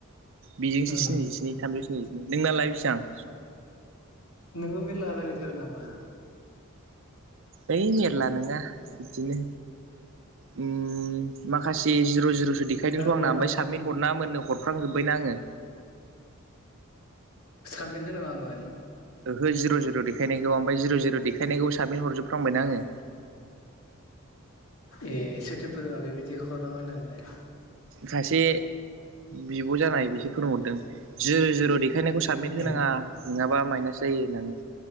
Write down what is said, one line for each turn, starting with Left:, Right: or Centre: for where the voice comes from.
Right: बेजोंसो
Left: उम
Right: स्निजिस्नि थामजौ स्निजिसे। नोंनालाय बेसिबां
Left: नोङो मेरला रायलायथारो नामा?
Right: ओइ मेरला नोङा दिनो ओम माखासे जिर' जिर'सो देखायदोंथ'
Left: आंनि
Right: आंना
Left: एमाव
Right: ओमफाय साबमिट हरनाङा मोननो हरफ्रांजोब्बायना आङो।
Left: साबमिट होनाङामोन।
Right: ओहो जिर' जिर' देखायनायखौ ओमफाय जिर' जिर' देाखानायखौ सो साबमिट हरजोबफ्रांबायना आङो।
Left: ए सोरथो फोरोङा बेबायदि हरनाङा होननानैलाय?
Right: सासे बिउ ब' जानाय बिसोर फोरोंहरदों जिर' जिर' देख देखायनायखौ साबमिट होनाङा
Left: ए
Right: नोङा बा मायनास जायो होननानै